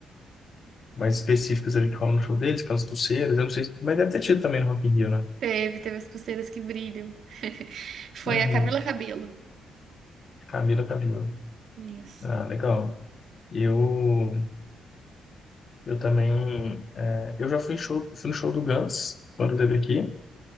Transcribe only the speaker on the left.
mais específicas ali que rolam no show deles, aquelas pulseiras, eu não sei, se- mas deve ter tido também no Rock in Rio, né?
Uhum.
Camila Cabello.
Ah, legal. Eu, eu também, é, eu já fui, em show, fui no show do Guns, quando teve aqui,